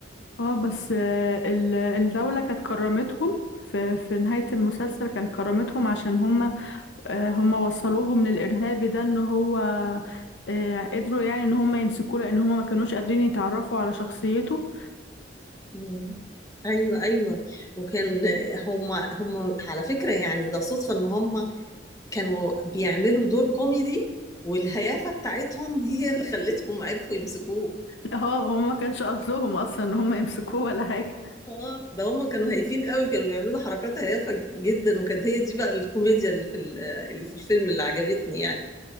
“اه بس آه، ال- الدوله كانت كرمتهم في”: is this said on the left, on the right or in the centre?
Left